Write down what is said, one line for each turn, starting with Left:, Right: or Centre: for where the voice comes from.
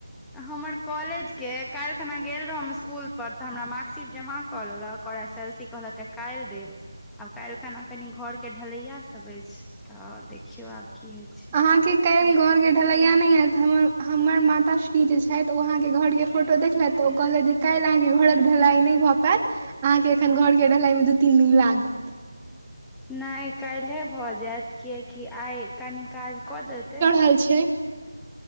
Centre: हमर कॉलेज के काल्हि खना गेल रहौ हम स्कूल पर तऽ हमरा मार्क्शीट जमा क लेलक और एस एल सी कहल काल देब। आब काल्हिखना कनि घर के ढलैया सब अछि तऽ देखियो आब की हय छै।
Right: अहाँके काल्हि घरके ढलैया नहि हयत हमर हमर माता श्री जे छथि ओ अहाँके घरके फोटो देखलथि तऽ ओ कहलथि जे काल्हि अहाँके घरक ढलाइ नहि भऽ पायत। अहाँ के एखन घर के ढलाई मे दू तीन दिन लागत।
Centre: नहि काल्हे भऽ जायत कियकि आइ कनि काज कऽ देतै।
Right: खल छै <unintelligible>